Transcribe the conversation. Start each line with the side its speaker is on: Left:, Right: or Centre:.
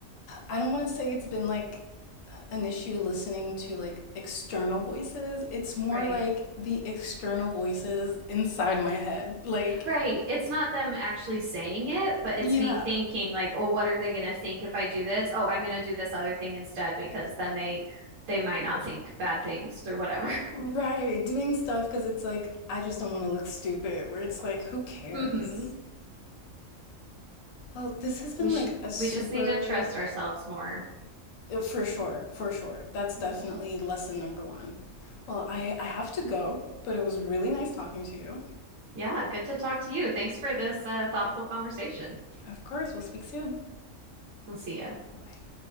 Left: I don't want to say it's been like an issue listening to like external voices. It's more
Right: Right.
Left: like the external voices inside my head. Like,
Right: Right. It's not them actually saying it, but
Left: yeah,
Right: it's me thinking like, oh, what are they going to think if I do this? Oh, I'm going to do this other thing instead because then they they might not think bad things or whatever.
Left: right, doing stuff because it's like, I just don't want to look stupid, where it's like, who cares?
Right: <laughs> hmm
Left: Well, this has been
Right: We should
Left: like a super
Right: we just need to trust ourselves more.
Left: Uh, For sure, for sure. That's definitely
Right: Yeah.
Left: lesson number one. Well, I, I have to go, but it was really nice talking to you.
Right: Yeah, good to talk to you. Thanks for this uh, thoughtful conversation.
Left: Of course, we'll speak soon.
Right: We'll see ya.
Left: Bye.